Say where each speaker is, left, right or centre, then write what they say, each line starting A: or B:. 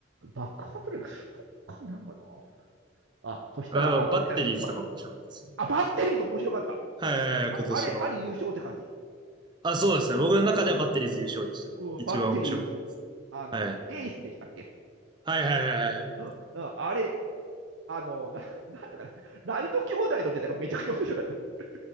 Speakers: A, on the right; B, on the right.
A: 爆発力、そっか、なんかな。あ、そしたら、
B: やっぱバッテリーズとかも面白かったですね。
A: あ、ば、ばあ、バッテリーと面白かった。
B: はいはいはい、
A: あ、
B: 今年の。
A: あれ、あれ優勝って感じ。
B: あ、
A: うん、
B: そうですね。僕の中ではバッテリーズ優勝でしたね。
A: うん、
B: 一番面白かったです。
A: バッテリー優勝。あの、
B: はい。
A: エースでしたっけ
B: はいはいはいはいはい。
A: うん、うん、あれ、あの、な、なんだかねライト兄弟のネタがめちゃくちゃ面白かった。